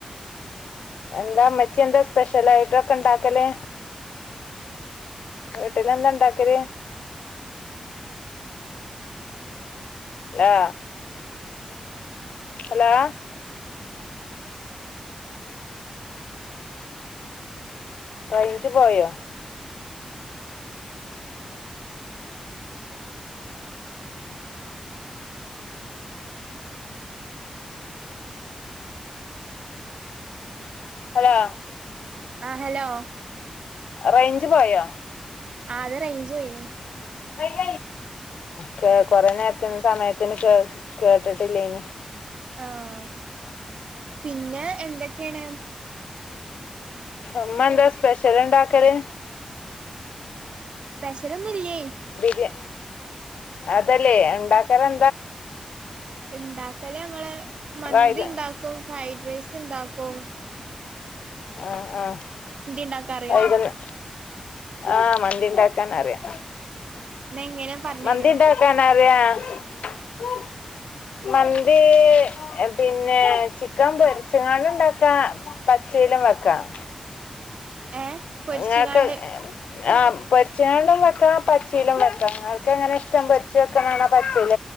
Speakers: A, on the left; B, on the right.
A: എന്താ അമ്മച്ചി എന്താ സ്പെഷ്യൽ ആയിട്ടൊക്കെ ഇണ്ടാക്കല് വീട്ടിലന്താ ഉണ്ടാക്കല്. ല്ലോ. ഹലോ റയിൻഞ്ച് പോയോ. ഹലോ
B: ആഹ ഹലോ
A: റയിൻഞ്ച് പോയോ.
B: ആ അത റയിൻഞ്ച് പോയിനു
A: ആഹ കേ കൊറെ നേരത്തസമയത്തിന് കേ കേട്ടിട്ടില്ലഇനി.
B: ആഹ പിന്നെ എന്തൊക്കെയാണ്.
A: ഉമ്മ എന്താ സ്പെഷ്യൽ ഉണ്ടാക്കല്.
B: സ്പെഷല ഒന്നുംല്ലേ.
A: ബിരിയ അതല്ലേ ഉണ്ടാക്കല്.
B: ഉണ്ടാക്കല്ലേ അങ്ങെ മന്തി
A: വൈക
B: ഉണ്ടാക്കും. ഫ്രൈഡ് റൈസ് ഉണ്ടാക്കും. ഓൺ <unintelligible>
A: ആഹ
B: ഇണ്ടാക്കാ അറിയോ
A: ആ വൈകു ആഹ് മന്തി ഉണ്ടാക്കാൻ അറിയാം.
B: ന്നാ എങ്ങനെ പറഞ്ഞരോ
A: മന്തി ഉണ്ടാക്കാന <unintelligible>
B: ഉ
A: മന്തി പിന്നെ ചിക്കൻ പൊരിച്ചങ്ങാണ്ട ഉണ്ടാക്കാ പച്ചയിലും വെക്കാം
B: ഏഹ് പൊരിച്ച്കാണ്ട്
A: നിങ്ങക്ക് ആഹ പൊരിച്ചണ്ടും വെക്ക പച്ചയിലും വെക്കാം ങ്ങക്ക് എങ്ങനെ ഇഷ്ടം പൊച്ച വെക്കാനണോ പച്ചൽ